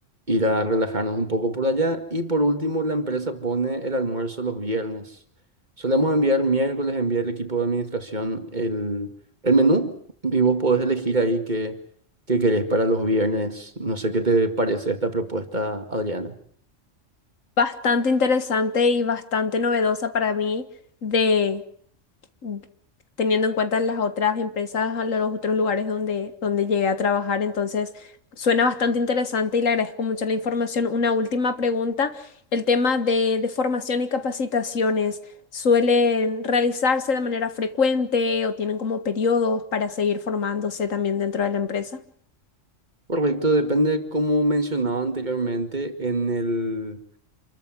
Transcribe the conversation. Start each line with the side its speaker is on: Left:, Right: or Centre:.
Right: ir a relajarnos un poco por allá. Y por último, la empresa pone el almuerzo los viernes. Solemos enviar miércoles, enviar el equipo de administración el, el menú y vos podés elegir ahí qué, qué querés para los viernes. No sé qué te parece esta propuesta, Adriana.
Left: Bastante interesante y bastante novedosa para mí de mm, teniendo en cuenta las otras empresas, a los otros lugares donde, donde llegué a trabajar. Entonces, suena bastante interesante y le agradezco mucho la información. Una última pregunta, el tema de, de formación y capacitaciones, ¿suelen realizarse de manera frecuente o tienen como periodos para seguir formándose también dentro de la empresa?
Right: Correcto, depende, como mencionaba anteriormente, en el,